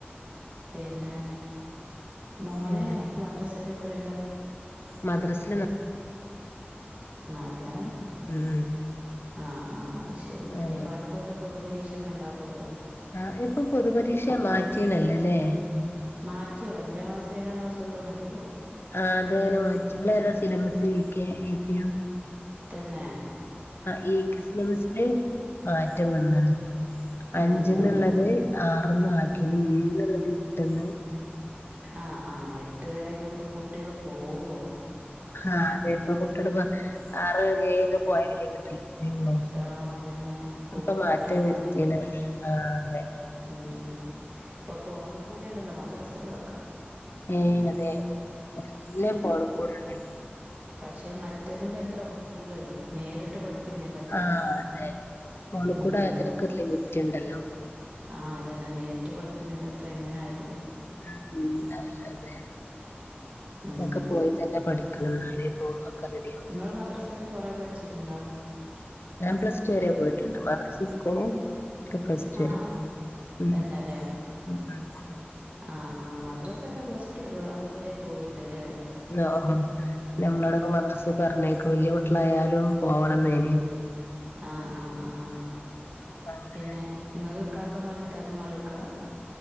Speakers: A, on the right (about 35°); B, on the left (about 70°).
A: പിന്നെ മോന
B: പിന്നെന്താ
A: മദ്രസയില് എത്രയ്‌ല
B: മദ്രാസൽ നാ
A: നാല് ലാ
B: ഉം ഉം
A: ആഹ ആ ആഹ് ശരി.
B: ആണ്
A: ഇനിപ്പോ അടുത്ത ല്ലം പൊതുപരീക്ഷൊക്കെ ഉണ്ടാവല്ലോ?
B: ആ ഇപ്പൊ പൊതുപരീക്ഷ മാറ്റീണല്ലോല്ലേ
A: മാറ്റിയോ അഞ്ചാം ക്ലാസോ ഏഴാം ക്ലാസ് ഉള്ളത് മാറ്റിയോ
B: ആ ഹ് അത് അങ്ങനെ മറ്റുങ്ങളെ ഏതാ സിലബസ് ഇ കെ എ പി യും
A: തനെ
B: ആഹ് ഈക്ക സിലബസിൽ മാറ്റം വന്നാണ്
A: ഉം
B: അഞ്ച
A: ഉം
B: എന്നുള്ളത് ആറന്ന് ആക്കിയല് ഏഴന്നുള്ളത് എട്ടന്ന്
A: ആഹ് ആഹ് എട്ട് വരൊക്കെ ഇപ്പം കുട്ടികൾ പോവോ
B: ആഹ് അതെപ്പ കൂട്ടടപ്പ ആറ് ഒക്കെ പോയ വല കിട്ടില്ല അത്രേ ഉള്ളൂ
A: ആ അതന്നെ പോയി
B: അപ്പൊ മാറ്റ
A: കിട്ടാൻ
B: വരുത്തില്ല
A: പണി
B: ആഹ് അതെ
A: ഉം ഇപ്പൊ ഫോണ് കൂടെ ഉണ്ടല്ലോ മദ്രസകളൊക്കെ
B: ഏയ് അതെ നല്ല ഫോൺ കൂട് ഉണ്ടല്ലോ
A: പക്ഷെ മറ്റതിന്റെ അത്ര ഒക്കൂലല്ലോ നേരിട്ട് പഠിക്കുന്നതിൻ്റെ അത്ര
B: ആഹ് അതെ മോള
A: ഉം
B: കൂടെ തിനൊക്കെ ഒരു ലിമിറ്റ് ഉണ്ടല്ലോ
A: ആഹ് അതന്നെ നേട്ട പഠിക്കുന്നതിന്റെ അത്ര എങ്ങനെ ആയിരുന്നു
B: ഉം ഉണ്ടാവില്ല അതെ
A: ഉം
B: അതൊക്കെ പോയി തന്നെ പഠിക്കും ണം എന്നാലേ പോ റെഡിയ ആകും
A: നിങ്ങൾ മദ്രാസൊക്കെ കുറെ പഠിച്ചിട്ടുണ്ടോ
B: ഞാൻ പ്ലസ് ടു വരെ പോയിട്ടുണ്ട് മദ്രസും ഇസ്ക്കൂളും പ്ളസ്റ്റു വരെ
A: ആഹ്
B: ഉം
A: തന്നെല്ലേ
B: ഉം
A: ആഹ് ആ് മദ്രാസ ഒക്കെ പ്ലസ് ടു അതുവരെ പോയിണ്ട് അല്ലേ
B: ആഹ് ഓഹോ നമ്മളോടൊക്കെ മദ്രസ പറഞ്ഞേക്കോ വലിയ കുട്ടികളായാലും പോവണം തേന്
A: ആഹ് ആഹ് ആഹ്
B: അപ്പൊ അങ്ങനെ
A: പിന്നെ ങ്ങക്ക് കാക്കന്മാരും താത്തന്മാരും ഒക്കെ